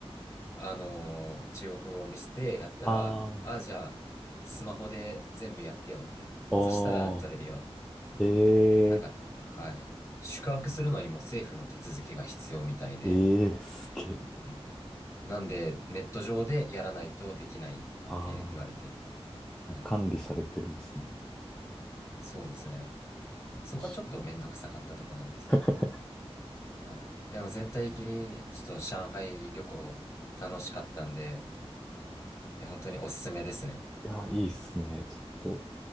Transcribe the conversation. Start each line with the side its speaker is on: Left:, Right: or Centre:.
Left: あのー中国語を見せてやったら、
Centre: ああ、
Left: あ、じゃあ、スマホで全部やってよって。
Centre: お
Left: そしたら取れるよって。
Centre: ー、え
Left: なんか、はい。宿泊するのにも政府の手続きが必要みたいで。
Centre: えー、ええー、すげえ。
Left: んなんで、ネット上でやらないとできないって言われて。
Centre: あ
Left: はい。
Centre: あ、管理されてるんですね。
Left: そうですね。そこはちょっとめんどくさかったとこなんですけど。
Centre: 面白い <laughs>
Left: はい。でも全体的に、ちょっと上海旅行楽しかったんで、え本当におすすめですね。
Centre: いやー、いいっすね。ちょっと、